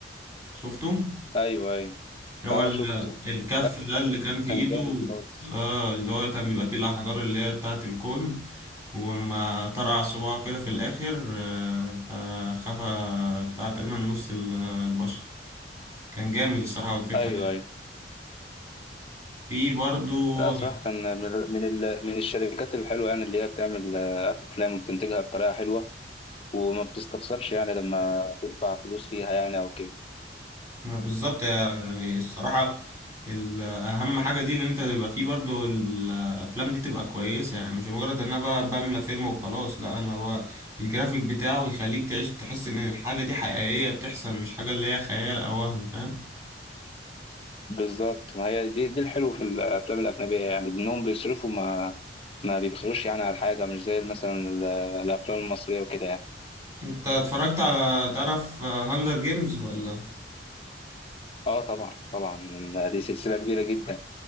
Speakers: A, on the right (about 15°); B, on the left (about 35°).
A: شفته
B: ايوه ايوه
A: اللي
B: اه
A: هو ال-
B: شفته
A: الكف
B: لا
A: ده
B: ده كان
A: اللي كان في
B: كان
A: ايده
B: جامد خالص
A: اه اللي هو كان بيبقى فيه الاحجار اللي هي بتاعت الكون وما طرع صباعه كده في الاخر آه، فخفى بتاع تقريبا نص ال- البشر كان جامد الصراحه والفكره
B: ايوه ايوه
A: في برضو
B: لا صراحه كان من من ال... من الشركات الحلوه يعني اللي هي بتعمل آه، افلام وبتنتجها بطريقه حلوه وما بتستخسرش يعني لما تدفع فلوس فيها يعني او كده
A: ما بالظبط يعني الصراحة ال- أهم حاجة دي إن أنت تبقى فيه برضو الأفلام دي تبقى كويسة يعني مش مجرد إن أنا بقى بملى فيلم وخلاص لا أنا هو الجرافيك بتاعه يخليك تعيش تحس إن الحاجة دي حقيقية بتحصل مش حاجة اللي هي خيال أو وهم فاهم
B: بالظبط ما هي دي دي الحلو في الافلام الاجنبيه يعني انهم بيصرفوا ما ما بيبخلوش يعني على حاجه مش زي مثلا ال- الافلام المصريه وكده يعني
A: أنت اتفرجت على تعرف هانجر جيمز ولا
B: اه طبعا طبعا دي سلسله كبيره جدا